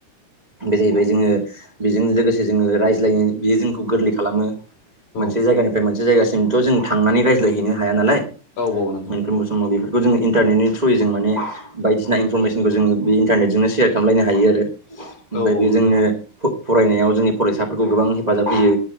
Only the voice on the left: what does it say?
औ
औ औ नंगौ।
औ औ
नंगौ